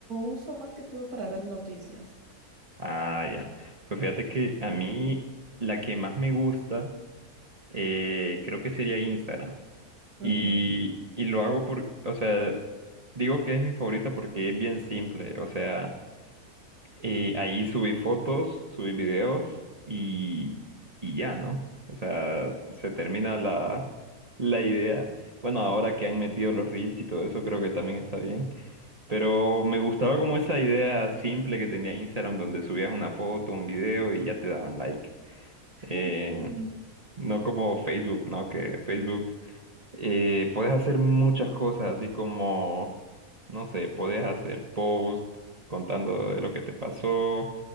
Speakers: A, on the right; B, on the right.
A: uso más que todo para ver noticias.
B: Ah, ya. Pues fíjate que a mí la que más me gusta eh, creo que sería Instagram.
A: Ujú.
B: Y, y lo hago por, o sea, digo que es mi favorita porque es bien simple. O sea, eh, ahí subí fotos, subí videos y, y ya, ¿no? O sea, se termina la, la idea. Bueno, ahora que han metido los reels y todo eso, creo que también está bien. Pero me gustaba como esa idea simple que tenía Instagram, donde subías una foto, un video y ya te daban like.
A: <laughs>
B: Eh,
A: Sí, también.
B: no como Facebook, ¿no? Que Facebook eh, puedes hacer muchas cosas, así como, no sé, puedes hacer posts contando de lo que te pasó,